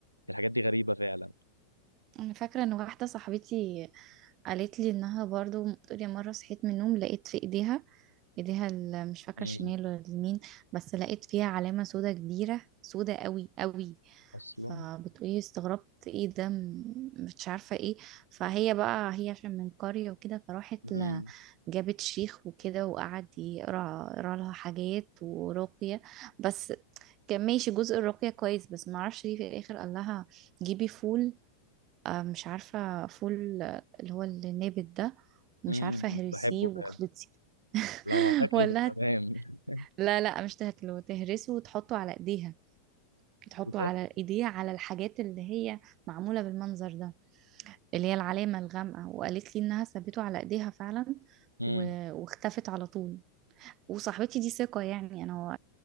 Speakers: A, on the right; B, on the right.
A: الحاجات دي غريبة فعلا
B: انا فاكره ان واحده صاحبتي قالت لي انها برضو بتقول يا مره صحيت من النوم لقيت في ايديها ايديها ال- مش فاكره
A: مم.
B: الشمال ولا اليمين بس لقيت فيها علامه سودا كبيره سودا قوي قوي
A: أصلا
B: فبتقولي استغربت ايه ده م- مش عارفه ايه فهي بقى هي عشان من قريه وكده فراحت
A: مم.
B: ل... جابت شيخ وكده وقعد يقرا يقرا لها حاجات ورقيه بس كان ماشي جزء الرقيه كويس بس ما اعرفش ليه في الاخر قال لها جيبي فول آه، مش عارفة فول آه، اللي هو النابت ده ومش
A: مم.
B: عارفة هرسيه
A: بحبه
B: واخلطي
A: فعلا
B: <laughs>
A: لو هتاكله
B: ولا
A: تمام
B: هت...
A: <laughs>
B: لا لا مش تهتلو تهرسه وتحطه على ايديها تحطه
A: إيه ده
B: على ايديها على الحاجات اللي هي معمولة بالمنظر ده اللي هي العلامة الغامقة وقالت لي انها سابته على ايديها فعلا
A: مم.
B: و... واختفت على طول وصاحبتي دي ثقة يعني انا